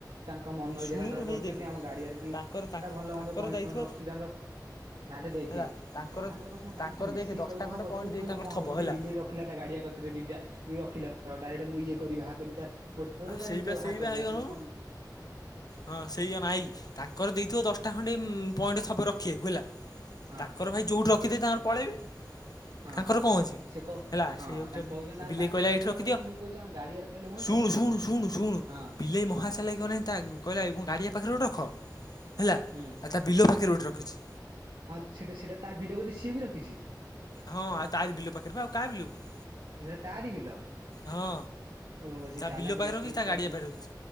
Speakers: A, on the right; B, on the left.
A: ତାଙ୍କ ମନ
B: ଶୁଣୁନୁ
A: ଇଚ୍ଛା ତାଙ୍କର
B: ହେଇ
A: କରୁଚନ୍ତି
B: ଦେଖେ
A: ଆମ ଗାଡିଆରେ କି
B: ତାଙ୍କର ତାଙ୍କର
A: ଭଲ ମନ୍ଦ ପଏଣ୍ଟ୍
B: ଯାଇଥିବ
A: ଫଏଣ୍ଟ୍ ରଖିଥାନ୍ତ ତାହେଲେ ଦେଖେ
B: ହେଲା ତାଙ୍କର
A: ଗାଁ ଲୋକ ସିନା ସମସ୍ତେ
B: ତାଙ୍କର
A: ମିଶିକି
B: ଦେଖେ ଦଶଟା
A: କହିଲେ
B: ଖଣ୍ଡେ
A: ହବ
B: ପଏଣ୍ଟ
A: ତୁ
B: ଦେଇ
A: କହିଲେ
B: ତାଙ୍କର
A: କଣ
B: ଥବ
A: ହବ ଯେମିତି
B: ହେଲା
A: ବିଲେଇ ରଖିଲା ତା ଗାଡିଆ କତିରେ ଦିଟା ରଖିଲା ଡାଇରେକ୍ଟେ ମୁଁ ଇଏ କରି ବାହାର କରି ତା ଗୋଟିକର ତାର
B: ସେଇବା
A: ଇଏ ବାହାର
B: ସେଇବା
A: କରିଦେଲା
B: ହେଇଗଲୁଣୁ
A: ସେ ଯଉ କଣ୍
B: ହଁ ସେଇ ଆମ ଆଇ ତାଙ୍କର ଦେଇଥିବ ଦଶଟା ଖଣ୍ଡେ ଉଁ- ପଏଣ୍ଟ୍ ସବୁ ରଖିବାକୁ ହେଲା
A: ହଁ
B: ତାଙ୍କର ଭାଇ ଯଉଠି ରଖିଦେବେ ତାଙ୍କର ପଳେଇବେ।
A: ହଁ
B: ତାଙ୍କର କଣ ଅଛି
A: ସେ କ
B: ହେଲା
A: ହଁ
B: ସେଇଆକୁ
A: ତାଙ୍କୁ
B: ସେ
A: କହୁଛନ୍ତି ତାଙ୍କର
B: ବିଲେଇ
A: ପାଖରେ
B: କହିଲା
A: କରିଦେଇ
B: ଏଇଠି ରଖିଦିଅ
A: ପଳଉଛନ୍ତି ମୁଁ କହୁଛି ଆମ ଗାଡିଆରେ କହିଲେ ହୁଅନ୍ତାନି
B: ଶୁଣୁ -ଶୁଣୁ -ଶୁଣୁ- ଶୁଣୁ
A: ହଁ।
B: ବିଲେଇ ମହାଚାଲାକି
A: ହଁ
B: ଅନାନି ତାକୁ କହିଲା ମୋ ଗାଡ଼ିଆ ପାଖରେ ଗୋଟେ ରଖ ହେଲା ଆଉ
A: ହୁଁ
B: ତା ବିଲ ପାଖେରେ ଗୋଟେ ରଖିଚି।
A: ହଁ ସେଟା- ସେଟା ତା ବିଲ ବୋଧେ ସିଏ ବି ରଖିଚି।
B: ହଁ ତାଆରି ବିଲ ପାଖେରେ ପା ଆଉ କା ବିଲ କି?
A: ସେରା ତାରିି ବିଲ
B: ହଁ
A: ଓ ସେ
B: ତା
A: ଚାଲାକିରେ
B: ବିଲ ପାଖରେ
A: ରଖିଦେଇଚି
B: ରଖିଛି ତା ଗାଡ଼ିଆ
A: ତାର ଦି
B: ପାଖରେ ରଖିଛି